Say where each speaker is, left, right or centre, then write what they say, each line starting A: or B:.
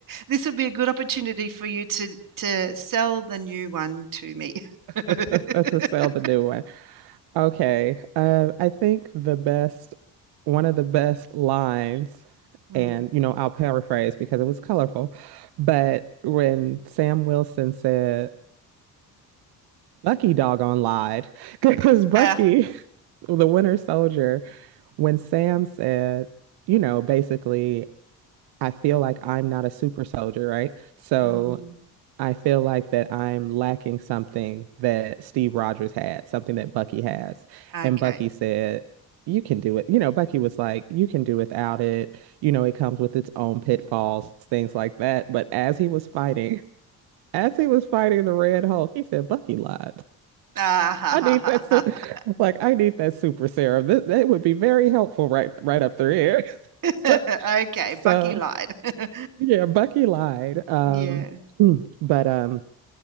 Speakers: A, on the right (about 55°); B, on the right (about 80°).
A: this would be a good opportunity for you to to sell the new one to me. <laughs>
B: <laughs> To sell the new one. Okay. Uh, I think the best, one of the best lines,
A: Mm.
B: and you know, I'll paraphrase because it was colorful, but when Sam Wilson said, Bucky doggone lied, <laughs> because Bucky,
A: Uh,
B: the Winter Soldier, when Sam said, you know, basically, I feel like I'm not a super soldier, right? So
A: mm,
B: I feel like that I'm lacking something that Steve Rogers had, something that Bucky has.
A: okay.
B: And Bucky said, You can do it. You know, Bucky was like, You can do without it. You know, it comes with its own pitfalls, things like that. But as he was fighting, <laughs> as he was fighting the Red Hulk, he said, Bucky lied.
A: <laughs> Ah,
B: <laughs>
A: ha,
B: I
A: ha,
B: need
A: ha,
B: that, su-
A: ha.
B: like I need that super serum. That, that would be very helpful right, right up through here.
A: <laughs>
B: <laughs>
A: Okay,
B: so
A: Bucky lied. <laughs>
B: yeah, Bucky lied. Um,
A: Yeah.
B: <clears throat> but um,